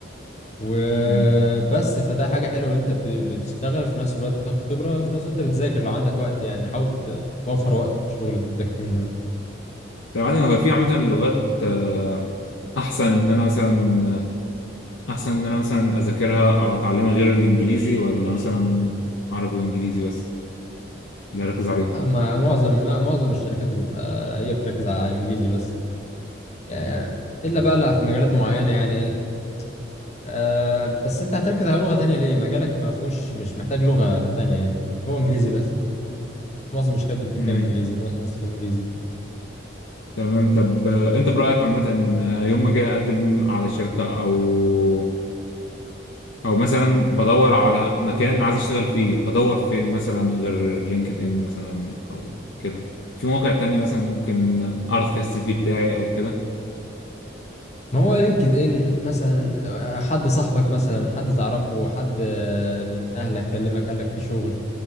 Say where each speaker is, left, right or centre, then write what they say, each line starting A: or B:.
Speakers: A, on the left; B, on the left.
A: وبس
B: امم
A: فده حاجة حلوة ان انت ب- بتشتغل في نفس الوقت بتاخد خبرة في نفس الوقت بتذاكر لو عندك وقت يعني حاول ت- توفر وقت في الشغل انت تذاكر منه يعني.
B: طبعا هو في عامه اللغات آه، احسن ان انا مثلا احسن ان انا مثلا اذاكرها او اتعلمها غير الانجليزي ولا مثلا عربي وانجليزي بس اللي اركز عليهم
A: لا، ما معظم لا، معظم الشركات بتبقى هي بتركز على انجليزي بس يعني الا بقى اللي في مجالات معينه يعني ايه آه بس انت هتركز على لغه تانية ليه مجالك ما فيهوش مش محتاج لغه تانية يعني هو انجليزي بس معظم الشركات بتتكلم
B: امم
A: انجليزي معظم الناس بتتكلم انجليزي
B: تمام طب آه، انت برايك عامه آه، يوم ما اجي اقدم على شركه او او مثلا بدور على مكان عايز اشتغل فيه ادور فين مثلا غير لينكد ان مثلا او كده في مواقع تانية مثلا ممكن اعرض فيها السي في بتاعي او كده
A: ما هو لينكد ان مثلا آه، حد صاحبك مثلا حد تعرفه حد آه، من اهلك كلمك قال لك في شغل